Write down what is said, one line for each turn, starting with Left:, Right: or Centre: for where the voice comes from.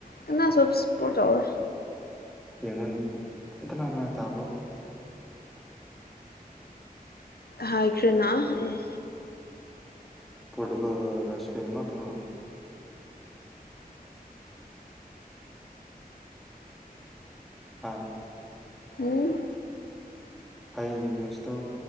Left: ꯀꯅꯥꯁꯨ ꯁꯄꯣꯠ ꯇꯧꯔꯣꯢ
Centre: ꯌꯦꯡꯉꯨꯅꯦ ꯀꯅꯥ ꯀꯅꯥ ꯇꯥꯕ꯭ꯔꯣ
Left: ꯍꯥꯏꯈ꯭ꯔꯦꯅꯥ ꯑꯩ
Centre: ꯄꯣꯔꯇꯨꯒꯜꯒ ꯁꯄꯒꯥ ꯉꯥꯛꯇꯔꯣ ꯍꯥ
Left: ꯎꯝ
Centre: ꯍꯌꯦꯡꯒꯤ ꯃꯦꯠꯁꯇꯣ